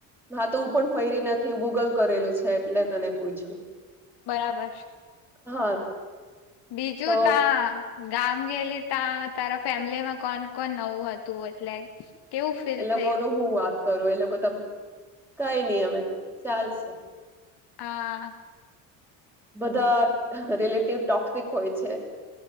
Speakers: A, in the centre; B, on the left.
A: હા તો હું પણ ફૈરી નથી ગૂગલ કરેલું છે એટલે તને પૂછું
B: બરાબર છે.
A: હા.
B: બીજું
A: તો
B: ત. ગામ ગેલી ત્યા તારા ફેમિલી માં કોણ કોણ નવું હતું એટલે. કેવું ફીલ
A: એ લોકોનું
B: થયું.
A: હું વાત કરું એ લોકો ત કઈ નઈ હવે ચાલશે.
B: હા.
A: બધા રિલેટિવ ટોકિક હોય છે.